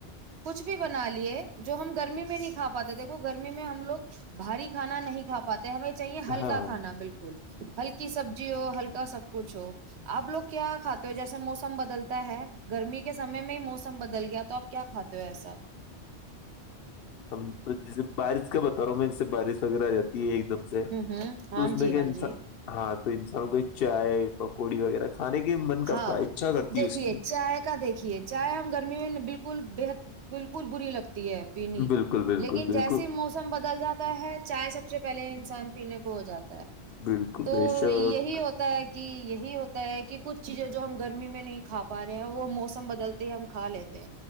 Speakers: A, on the right (about 70°); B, on the left (about 65°).
A: کچھ بھی بنا لیے جو ہم گرمی میں نہیں کھا پاتے دیکھو گرمی میں ہم لوگ بھاری کھانا نہیں کا پاتے ہمیں چاہیے ہلکا
B: ہاں ہاں
A: کھانا بالکل ہلکی سبزی ہو ہلکا کا سب کچھ ہو آپ لوگ کیا کھاتے ہو جیسے موسم بدلتا ہے گرمی کے سمے میں ہی موسم بدل گیا تو آپ کیا کھاتے ہو ایسا
B: تو جیسے بارش کا بتا رہا ہوں میں جیسے بارش وغیرہ آ جاتی ہے دم سے
A: ہوں ہوں ہاں
B: تو اس میں
A: جی
B: کیا
A: ہاں
B: انسان
A: جی
B: ہاں تو انسانوں کے چائے پوری وغیرہ کھانے کی من کرتا
A: ہاں
B: ہے اچھا کرتی
A: دیکھیے
B: ہے اس کی
A: چائے کا دیکھیے چائے ہم گرمی میں بالکل بےحد بالکل بری لگتی پینی
B: بالکل بالکل
A: لیکن جیسے
B: بالکل
A: موسم بدل جاتا ہے چائے سب سے پہلے انسان پینے کو ہو جاتا ہے
B: بالکل
A: تو
B: بے شک
A: یہی ہوتا ہے کہ یہ ہی ہوتا ہے کہ کہ کچھ چیزیں جو ہم گرمی میں نہیں کا پا رہے ہیں وہ موسم بدلتے ہی ہم کھا لیتے